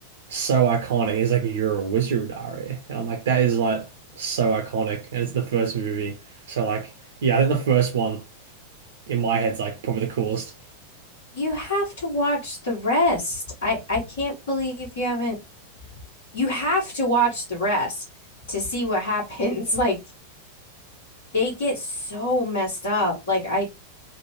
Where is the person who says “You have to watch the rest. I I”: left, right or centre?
Left